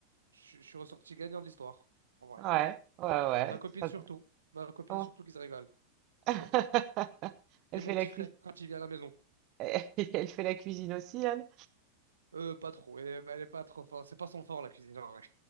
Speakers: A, on the right; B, on the right.
A: je, je suis ressorti gagnant de l'histoire, en vrai.
B: ouais, ouais, ouais,
A: Ma copine
B: très
A: surtout.
B: bien.
A: Ma copine
B: Oh.
A: surtout qui se régale,
B: <laughs>
A: surtout.
B: Elle
A: Et mon
B: fait
A: petit
B: la cuisine.
A: frère quand il vient à la maison.
B: <laughs> Elle fait la cuisine aussi, elle?
A: Euh, pas trop. Elle, est- elle est pas trop forte. C'est pas son fort, la cuisine, en vrai.